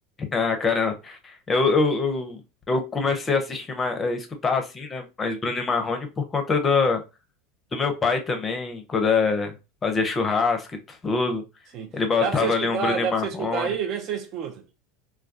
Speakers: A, on the left (about 25°); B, on the right (about 50°).
A: Ah, cara, eu, eu, eu, eu comecei a assistir, mais- a escutar assim, né? Mas Bruno e Marrone por conta do, do meu pai também, quando é, fazia churrasco e tudo.
B: Sim.
A: Ele botava
B: Dá pra você escutar,
A: ali um Bruno
B: dá
A: e Marrone.
B: pra você escutar aí? Vê se você escuta.